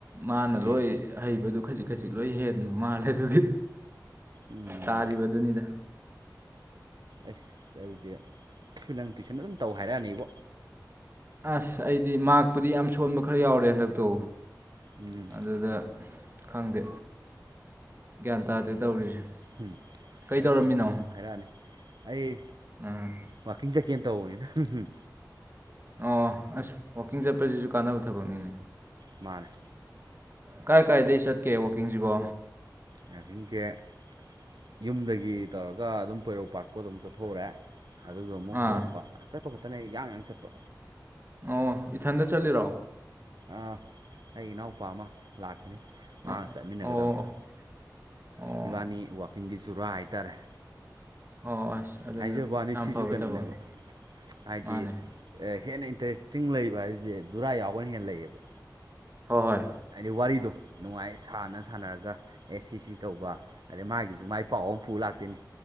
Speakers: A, on the right; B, on the right.
A: ꯃꯥꯅ
B: ꯑꯦ
A: ꯂꯣꯏ ꯍꯩꯕꯗꯨ ꯈꯖꯤꯛ ꯈꯖꯤꯛ ꯂꯣꯏ ꯍꯦꯟꯕ ꯃꯥꯜꯂꯦ ꯑꯗꯨꯒꯤ
B: ꯎꯝ
A: ꯇꯥꯔꯤꯕꯗꯨꯅꯤꯗ
B: ꯑꯁ ꯑꯗꯨꯗꯤ ꯅꯪ ꯇꯨꯏꯁꯟ ꯑꯗꯨꯝ ꯇꯧ ꯍꯥꯏꯔꯛꯑꯅꯤꯕꯣ
A: ꯑꯁ ꯑꯩꯗꯤ ꯃꯥꯛꯄꯨꯗꯤ ꯌꯥꯝ ꯁꯣꯟꯕ ꯈꯔ ꯌꯥꯎꯔꯦ ꯍꯟꯗꯛꯇꯣ
B: ꯎꯝ
A: ꯑꯗꯨꯗ ꯈꯪꯗꯦ ꯒ꯭ꯌꯥꯟ ꯇꯥꯗꯦ ꯇꯧꯔꯤꯁꯦ
B: ꯎꯝ
A: ꯀꯩ
B: ꯑꯗꯨꯏꯁꯨ
A: ꯇꯧꯔꯝꯃꯤꯅꯣ
B: ꯑꯗꯨꯝ ꯍꯥꯏꯔꯛꯑꯅꯤ ꯑꯩ
A: ꯎꯝ
B: ꯋꯥꯛꯀꯤꯡ ꯆꯠꯀꯦꯅ ꯇꯧꯕꯅꯤꯗ ꯍꯝ ꯍꯝ
A: ꯑꯣ ꯑꯁ ꯋꯥꯛꯀꯤꯡ ꯆꯠꯄꯁꯤꯁꯨ ꯀꯥꯟꯅꯕ ꯊꯕꯛꯅꯤꯅꯦ
B: ꯃꯥꯟꯅꯦ
A: ꯀꯥꯏ ꯀꯥꯏꯗꯒꯤ ꯆꯠꯀꯦ ꯋꯥꯛꯀꯤꯡꯁꯤꯕꯣ
B: <unintelligible> ꯌꯨꯝꯗꯒꯤ ꯇꯧꯔꯒ ꯑꯗꯨꯝ ꯄꯣꯏꯔꯧ ꯄꯥꯠ ꯄꯧ ꯑꯗꯨꯝ ꯆꯠꯊꯣꯛꯎꯔꯦ ꯑꯗꯨꯒ ꯑꯃꯨꯛ
A: ꯑꯥ
B: ꯍꯜꯂꯛꯄ ꯆꯠꯄ ꯈꯛꯇꯅꯦ ꯌꯥꯡ ꯌꯥꯡ ꯆꯠꯄ
A: ꯑꯣ ꯏꯊꯟꯇ ꯆꯠꯂꯤꯔꯣ
B: ꯑꯥ ꯑꯩꯒꯤ ꯏꯅꯥꯎꯄꯥ ꯑꯃ ꯂꯥꯛꯈꯤꯅꯤ
A: ꯑꯣ
B: ꯃꯥꯒ ꯆꯠꯃꯤꯟꯅꯒꯗꯕꯅꯤ
A: ꯑꯣ ꯑꯣ
B: ꯏꯕꯥꯅꯤ ꯋꯥꯛꯀꯤꯡꯒꯤ ꯖꯨꯔꯥ ꯍꯥꯏꯇꯥꯔꯦ
A: ꯑꯣ ꯑꯗꯨꯅ
B: ꯍꯥꯏꯖꯕ꯭ꯋꯥꯅꯤ
A: ꯌꯥꯝ
B: ꯁꯤꯖꯨ
A: ꯐꯕ
B: ꯀꯩꯅꯣꯅꯦꯕ
A: ꯊꯕꯛꯅꯤ
B: ꯍꯥꯏꯗꯤ
A: ꯃꯥꯅꯦ
B: ꯍꯦꯟꯅ ꯏꯟꯇꯔꯦꯁꯇꯤꯡ ꯂꯩꯕ ꯍꯥꯏꯖꯦ ꯖꯨꯔꯥ ꯌꯥꯎꯕꯅ ꯍꯦꯟ ꯂꯩꯕ
A: ꯍꯣ ꯍꯣꯏ
B: ꯍꯥꯏꯗꯤ ꯋꯥꯔꯤꯗꯣ ꯅꯨꯡꯉꯥꯏ ꯁꯥꯟꯅ ꯁꯥꯟꯅꯔꯒ ꯑꯦ ꯁꯤ ꯁꯤ ꯇꯧꯕ ꯑꯗꯩ ꯃꯥꯒꯤꯖꯨ ꯃꯥꯏ ꯄꯥꯎ ꯑꯃ ꯄꯨ ꯂꯥꯛꯇꯣꯏꯅꯤ